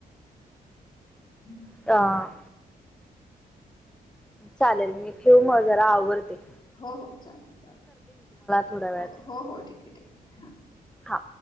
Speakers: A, on the left; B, in the centre.
A: हम्म
B: ह चालेल मी ठेऊ म जरा आवडते
A: हो हो चालते चाल
B: थोड्या वेळात
A: हो हो हो ठीक आहे ठीक हा
B: हा.